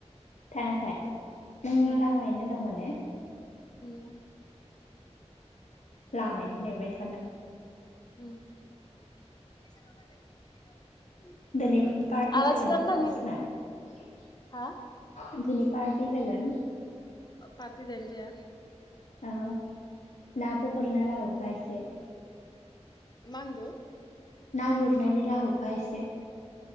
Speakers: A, on the left; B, on the left.
A: थाङाखै नों
B: उमहो
A: लामायैनो दं माने
B: उम
A: लामायनो नेबाय थादों
B: <inaudible>
A: दिनै मा पार्टि
B: आलासि
A: जागोन
B: जानो
A: नामा
B: थांनि
A: नोंसोरना <unintelligible>
B: हा
A: दिनै पार्टि जागोन
B: पार्टि जाहोना जाया
A: ओ नाबो गुरना लाबोबा एसे
B: मा होनदु
A: ना गुरनानै लाबोफा एसे